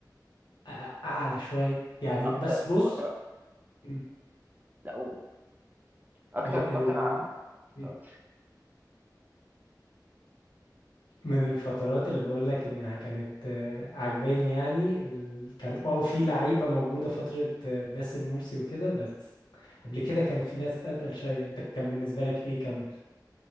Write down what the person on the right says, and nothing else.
اكتر
فترة
لا قول اكتر
فترة
آه.